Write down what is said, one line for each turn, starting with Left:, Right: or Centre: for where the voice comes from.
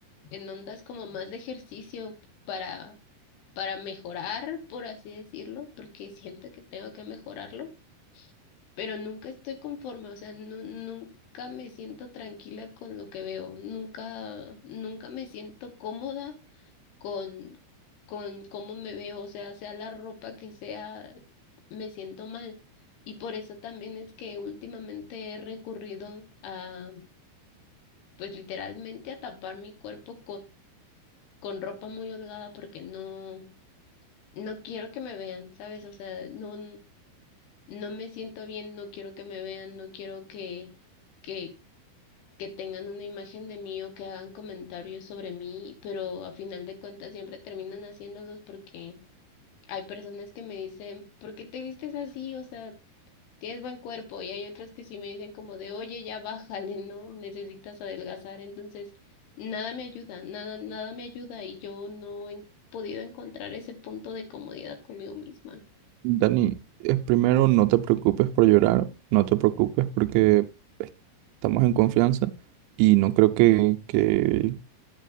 Left: en ondas como más de ejercicio para, para mejorar, por así decirlo, porque siento que tengo que mejorarlo, pero nunca estoy conforme, o sea, nu- nunca me siento tranquila con lo que veo, nunca, nunca me siento cómoda con, con cómo me veo, o sea, sea la ropa que sea, me siento mal. Y por eso también es que últimamente he recurrido a, pues literalmente a tapar mi cuerpo con ropa muy holgada porque no, no quiero que me vean, ¿sabes? O sea, no, no me siento bien, no quiero que me vean, no quiero que, que, que tengan una imagen de mí o que hagan comentarios sobre mí, pero a final de cuentas siempre terminan haciéndolos porque hay personas que me dicen, ¿por qué te vistes así? O sea, tienes buen cuerpo y hay otras que sí me dicen como de, oye, ya bájale, ¿no? Necesitas adelgazar. Entonces, nada me ayuda, nada, nada me ayuda y yo no he podido encontrar ese punto de comodidad conmigo misma.
Right: Dani, es primero no te preocupes por llorar, no te preocupes porque estamos en confianza y no creo que, que